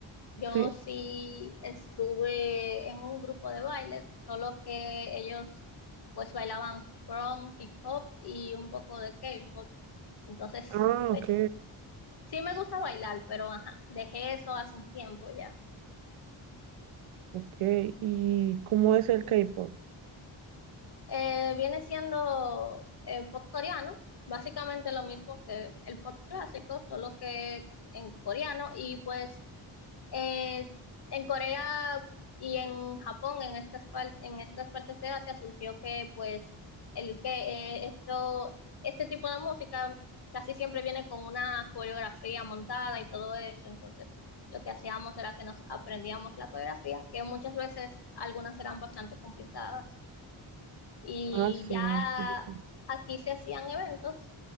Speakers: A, on the left; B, on the right.
A: yo
B: Sí.
A: sí estuve en un grupo de baile, solo que ellos pues bailaban prom, hip hop y un poco de K-pop. Entonces,
B: Ah,
A: pues
B: ok,
A: sí me gusta bailar, pero ajá, dejé eso hace un tiempo ya.
B: ok. ¿Y cómo es el K-pop?
A: Eh, viene siendo eh, pop coreano, básicamente lo mismo que el pop clásico, solo que en coreano y pues Eh, en Corea y en Japón, en estas, par- en estas partes de Asia, surgió que pues el que eh, esto, este tipo de música casi siempre viene con una coreografía montada y todo eso. Entonces, lo que hacíamos era que nos aprendíamos la coreografía, que muchas veces algunas eran bastante complicadas. Y
B: Ah, sí,
A: ya
B: sí, sí.
A: aquí se hacían eventos.